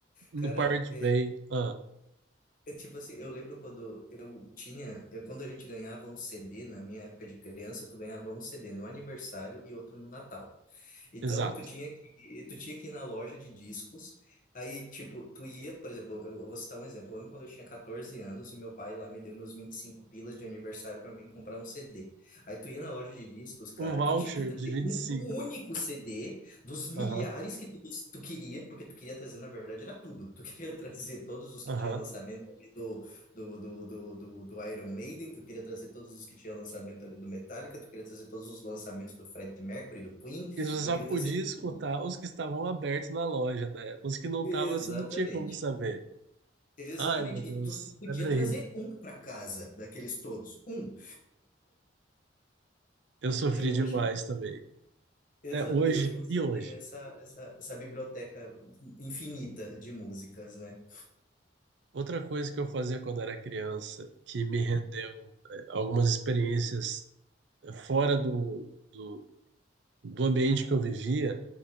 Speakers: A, on the right; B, on the left.
A: no
B: Cara,
A: Pirate
B: é,
A: Bay. Ah,
B: é tipo assim, eu lembro quando eu tinha, eu- quando a gente ganhava um CD, na minha época de criança, tu ganhava um CD no aniversário e outro no Natal. Então,
A: exato.
B: tu tinha que, tu tinha que ir na loja de discos. Aí, tipo, tu ia, por exemplo, eu eu vou citar um exemplo. Eu lembro quando eu tinha 14 anos e meu pai lá me deu meus 25 pilas de aniversário para mim comprar um CD. Aí tu ia na loja de discos, cara,
A: Um voucher
B: tu tinha que trazer
A: de vinte
B: um
A: e cinco.
B: único CD dos milhares
A: Aham,
B: que tu, tu queria, porque tu queria trazer, na verdade, era tudo. Tu <laughs> queria trazer todos os que
A: aham.
B: tinha lançamento ali do, do, do, do, do, do Iron Maiden, tu queria trazer todos os que tinha lançamento ali do Metallica, tu queria trazer todos os lançamentos do Freddie Mercury, do Queen,
A: E você
B: Tu
A: só
B: queria
A: podia
B: trazer
A: escutar
B: tudo.
A: os que estavam abertos na loja, né? Os que não estavam,
B: Exatamente.
A: você não tinha como saber.
B: Exatamente.
A: Ai, meu Deus,
B: E tu só podia
A: era terrível.
B: trazer um para casa, daqueles todos. Um.
A: Eu sofri
B: E hoje,
A: demais também.
B: exato.
A: É hoje
B: E hoje você
A: e hoje.
B: tem essa, essa, essa biblioteca infinita de músicas, né?
A: Outra coisa que eu fazia quando era criança, que me rendeu eh, algumas experiências eh, fora do, do, do ambiente que eu vivia,